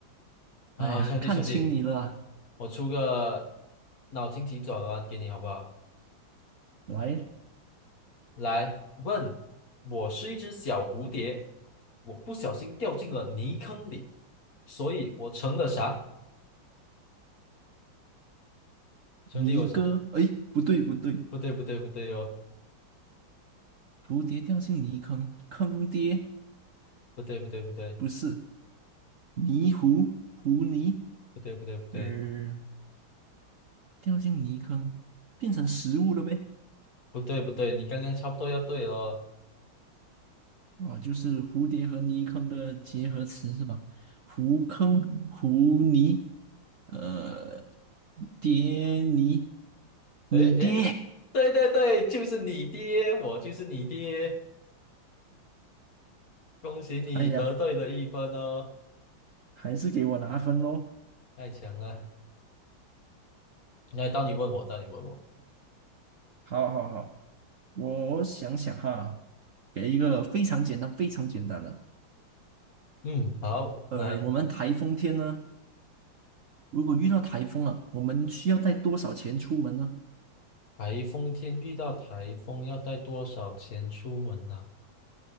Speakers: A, on the left (about 50°); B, on the right (about 55°).
A: 啊，
B: 哎呀，
A: 兄弟兄弟，
B: 看清你了啊
A: 我出个脑筋急转弯给你好不好？
B: 来，
A: 来问，我是一只小蝴蝶，我不小心掉进了泥坑里，所以我成了啥？兄弟，
B: 泥哥，
A: 我是
B: 哎，不对不对，
A: 不对不对不对哟，
B: 蝴蝶掉进泥坑，坑爹，
A: 不对不对不对
B: 不是泥糊，糊泥，
A: 不对不对不对
B: 呃，掉进泥坑，变成食物了呗。
A: 不对不对，你刚刚差不多要对了。
B: 哦，就是蝴蝶和泥坑的结合词是吧？湖坑、湖泥，呃，蝶泥，你爹！
A: 诶诶，对对对，就是你爹，我就是你爹，恭喜你得对了一分哦，
B: 哎呀，还是给我拿分喽！
A: 太强了。来，到你问我，到你问我。
B: 好好好，我想想哈，给一个非常简单、非常简单的。
A: 嗯，好，
B: 呃，
A: 来。
B: 我们台风天呢，如果遇到台风了，我们需要带多少钱出门呢？
A: 台风天遇到台风要带多少钱出门呢、